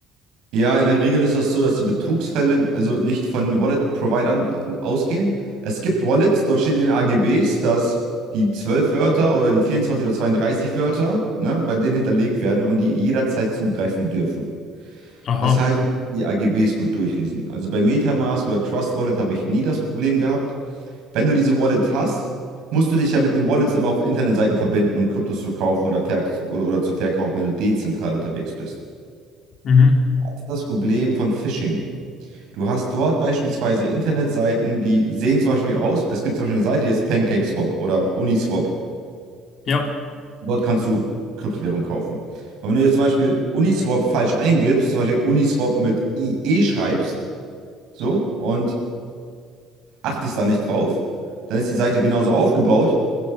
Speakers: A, on the right; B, on the left.
A: Ja, in der Regel ist das so, dass die Betrugsfälle also nicht von Wallet-Providern ausgehen. Es gibt Wallets, dort steht in den AGBs, dass die 12 Wörter oder die 24 oder 32 Wörter, ne, bei denen hinterlegt werden und die jederzeit zugreifen dürfen.
B: Aha.
A: Das heißt, die AGBs gut durchlesen. Also bei MetaMask oder Trust Wallet habe ich nie das Problem gehabt. Wenn du diese Wallet hast, musst du dich ja mit den Wallets immer auf Internetseiten verbinden, um Kryptos zu kaufen oder, verk oder, oder zu verkaufen, wenn du dezentral unterwegs bist.
B: Mhm.
A: Das ist das Problem von Phishing. Du hast dort beispielsweise Internetseiten, die sehen zum Beispiel aus, es gibt zum Beispiel eine Seite, die heißt PancakeSwap oder Uniswap.
B: Ja.
A: Dort kannst du Kryptowährung kaufen. Und wenn du jetzt zum Beispiel Uniswap falsch eingibst, zum Beispiel Uniswap mit IE schreibst, so, und achtest da nicht drauf, dann ist die Seite genauso aufgebaut